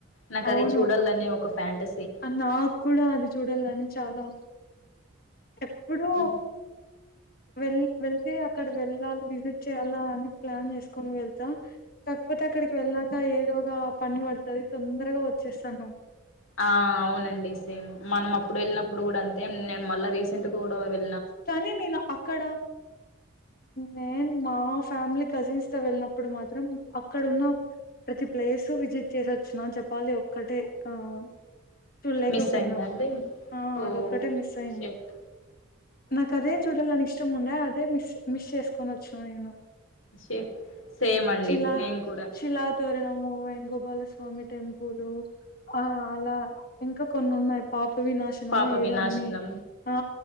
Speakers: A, on the left (about 85°); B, on the left (about 45°).
A: నాకు
B: అవును
A: అది చూడాలని ఒక ఫ్యాంటసీ
B: నాకు కూడా అది చూడాలని చాలా ఎప్పుడు
A: హ్మ్.
B: వెల్లి వెళ్తే అక్కడ వెళ్ళాలి. విజిట్ చేయ్యాలా అని ప్లాన్ చేసుకొని వెళ్తాం కాకపోతే అక్కడికి వెళ్ ళ్ళక ఏదో ఒక పని పడుతది. తొందరగా వచ్చేస్తాను.
A: ఆ అవునండి సేమ్ మనం అప్పుడు వెళ్ళినప్పుడు కూడా అంతే నేను మళ్ళా రీసెంట్ కూడా వె
B: కానీ నేను అక్కడ నేన్ మా ఫ్యామిలీ కజిన్స్ తో వెళ్ళినప్పుడు మాత్రం అక్కడ ఉన్న ప్రతి ప్లేసు విజిట్ చేసొచ్చినం జెపాలి ఒక్కటే ఆ చూడలేకపోయినా
A: మిస్ అయిందండి
B: ఆ
A: ఓ
B: అదొక్కటే మిస్ అయింది.
A: షట్
B: నాకు అదే చూడాలని ఇష్టం ఉండే అదే మిస్ మిస్ చేసుకొని వొచ్చినా నేను
A: షట్ సేమ్ అండి
B: శిలా
A: నేను కూడా
B: షిలా తోరణం వేనుగోపాలస్వామి టెంపుల్ ఆ అలా ఇంకా కొన్ని ఉన్నాయి. పాప పవినాశనమో
A: పాప
B: ఏదో
A: వినాశనం
B: అన్ని ఆ